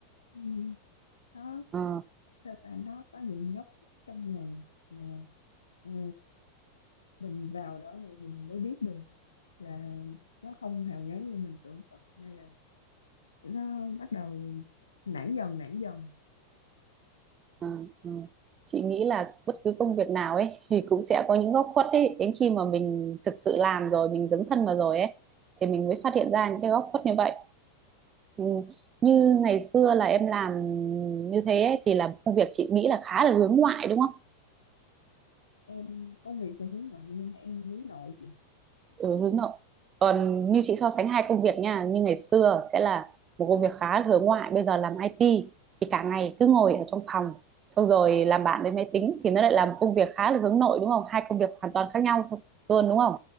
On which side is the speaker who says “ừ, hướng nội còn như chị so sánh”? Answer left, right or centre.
Right